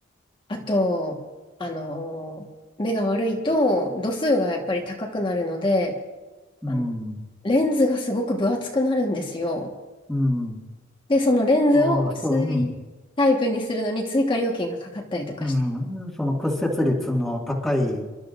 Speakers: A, on the left; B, in the centre.
A: あと、あのー目が悪いと度数がやっぱり高くなるので、
B: うん。
A: あの、レンズがすごく分厚くなるんですよ。
B: うん。
A: で、そのレンズを薄いタイプにするのに追加料金がかかったりとかして。
B: ああ、そう、うん。うん。その屈折率の高い